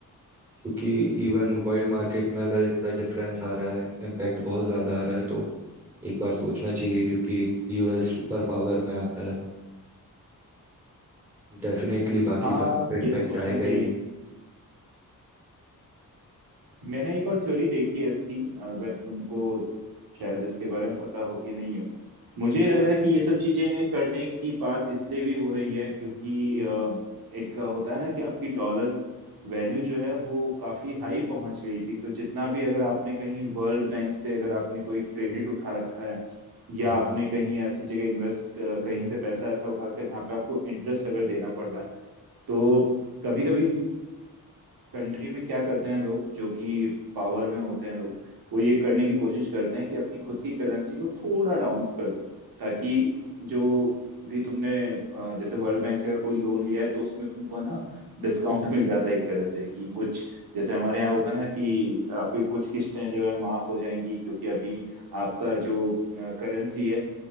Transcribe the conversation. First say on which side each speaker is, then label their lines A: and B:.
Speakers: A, on the right (about 20°); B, on the right (about 85°).
A: क्योंकि इवन वर्ल्ड मार्केट में अगर इतना डिफरेंस आ रहा है इम्पैक्ट बहुत ज़्यादा आ रहा है तो एक बार सोचना चाहिए क्योंकि यूएस सुपर पावर में आता है डेफिनेटली बाकी
B: हाँ
A: सब पे इम्पैक्ट
B: ये तो सोचना
A: आएगा
B: चाहिए
A: ही
B: मैंने एक और थ्योरी देखी है इसकी अगर तुमको शायद इसके बारे में पता हो कि नहीं हो मुझे लग रहा है कि ये सब चीजें करने की बात इसलिए भी हो रही है क्योंकि अ, एक होता है ना कि आपकी डॉलर वैल्यू जो है वो काफी हाई पहुंच गई थी तो जितना भी अगर आपने कहीं वर्ल्ड बैंक से अगर आपने कोई क्रेडिट उठा रखा है या
A: हम्म
B: आपने कहीं ऐसी जगह इन्वेस्ट कहीं से पैसा ऐसा उठा रखा है जहाँ पे आपको इंटरेस्ट अगर देना पड़ रहा है तो कभी कभी कंट्री में क्या करते हैं लोग जो कि पावर में होते हैं लोग वो ये करने की कोशिश करते हैं कि अपनी खुद की करेंसी को थोड़ा डाउन कर दो ताकि जो भी तुमने अ, जैसे वर्ल्ड बैंक से अगर कोई लोन लिया है तो उसमें तुमको ना डिस्काउंट मिल जाता है एक तरह से कि कुछ जैसे हमारे यहाँ होता है ना कि आपकी कुछ किस्तें जो है माफ हो जाएंगी क्योंकि अभी आपका जो करेंसी है